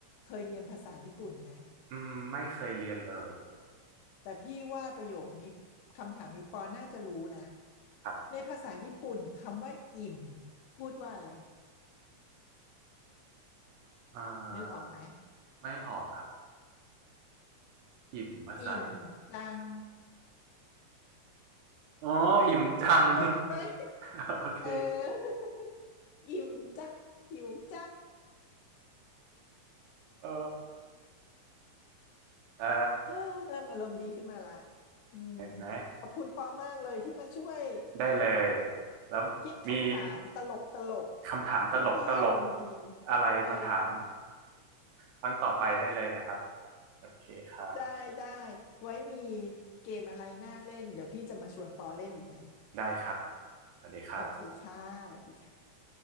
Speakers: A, on the left; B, on the right.
A: เคยเรียนภาษาญี่ปุ่นไหม
B: อืมไม่เคยเรียนเลย
A: แต่พี่ว่าประโยคนี้คำถามนี้ปอน่าจะรู้นะ
B: ครับ
A: ในภาษาญี่ปุ่นคำว่าอิ่มพูดว่าอะไร
B: เออ
A: นึกออกไหม
B: ไม่ออกครับอิ่มภาษาญี่ปุ่น
A: อิ่มจัง
B: อ๋ออิ่มจัง
A: งงไหม
B: <laughs> โอเค
A: เออ <laughs> อิ่มจังหิวจัง
B: เออเออ
A: เฮ้อเริ่มอารมณ์ดีขึ้นมาละอืม
B: เห็นไหม
A: ขอบคุณปอมากเลยที่มาช่วย
B: ได้เลยแล้วมี
A: คิดคำถามตลกตลก
B: คำถามตลกตลก
A: แค่พี่อารมณ์ดี
B: อะไรมาถาม
A: เออ
B: ครั้งต่อไปได้เลยนะครับ
A: ใช่
B: โอเคครับ
A: ได้ได้ไว้มีเกมอะไรน่าเล่นเดี๋ยวพี่จะมาชวนปอเล่นอีกนะ
B: ได้ครับสวัสดีครับ
A: โอเคค่ะสวัสดีค่ะ